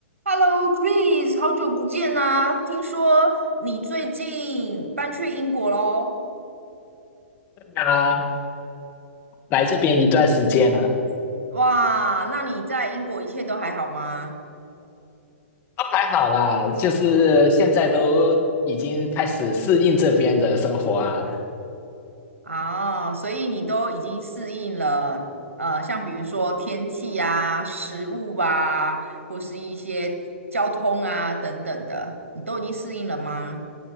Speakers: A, on the right; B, on the left.
A: Hello, Chris，好久不见呐、听说你最近搬去英国喽？
B: 啊，来这边一段时间了，
A: 哇，那你在英国一切都还好吗？
B: 都还好啦，就是现在都已经开始适应这边的生活啊。
A: 啊，所以你都已经适应了，呃，像比如说天气啊、食物啊，或是一些交通啊等等的，你都已经适应了吗？